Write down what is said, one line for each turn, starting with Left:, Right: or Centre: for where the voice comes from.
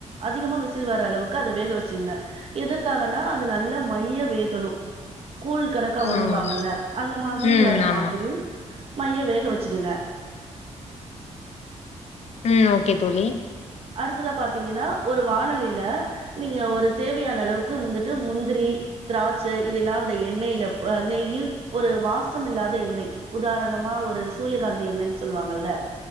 Right: அதிகமா விச விசில் வர அளவுக்கு அத வேக வெச்சுகுங்க எதற்க் இருக்காங்கன்னா அது நல்ல மைய வேகணோ கூல் கணக்கா வரும்பாங்கல்ல
Left: ம்
Right: அந்த மாதிரி
Left: ம்
Right: வர்ற
Left: ஆமா
Right: மாதிரி மைய வேக வெச்சுடுங்க
Left: ம் ஓகே தோலி
Right: அடுத்ததா பாத்தீங்கன்னா ஒரு வானலி ல நீங்க ஒரு தேவையான அளவுக்கு முந்தட்டு முந்திரி திராட்ச இதெல்லா அந்த எண்ணெயில நெய்யு ஒரு வாசம் இல்லாத எண்ணெய் உதாரணமா ஒரு சூரியகாந்தி எண்ணேன்னு சொல்லுவாங்கல்ல